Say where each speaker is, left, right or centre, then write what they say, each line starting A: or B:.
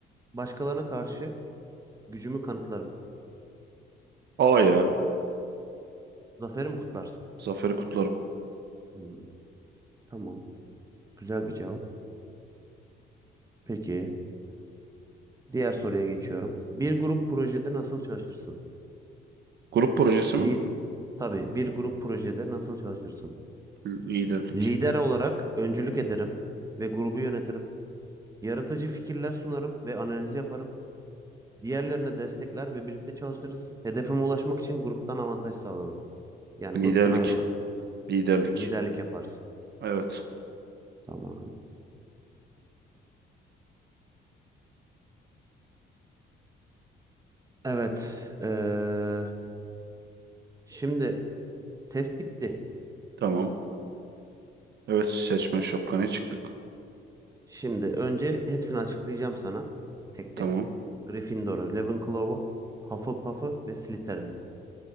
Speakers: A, on the right; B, on the right.
A: başkalarına karşı gücümü kanıtlarım.
B: A ya.
A: Zaferi mi kutlarsın?
B: Zaferi kutlarım.
A: Hmm, tamam, güzel bir cevap. Peki, diğer soruya geçiyorum. Bir grup projede nasıl çalışırsın?
B: Grup projesi mi?
A: Li Tabii, bir grup projede nasıl çalışırsın?
B: Liderlik.
A: Lider olarak öncülük ederim ve grubu yönetirim. Yaratıcı fikirler sunarım ve analiz yaparım. Diğerlerine destekler ve birlikte çalışırız. Hedefime ulaşmak için gruptan avantaj sağlarım. Yani
B: Liderlik.
A: gruptan ayrılırım.
B: Liderlik.
A: Liderlik yaparsın.
B: Evet.
A: Tamam. Evet. eee, şimdi test bitti.
B: Tamam. Evet seçmen şapkana çıktık.
A: Şimdi önce hepsini açıklayacağım sana. Tek
B: Tamam.
A: tek. Gryffindor'u, Ravenclaw'u, Hufflepuff'u ve Slytherin'i.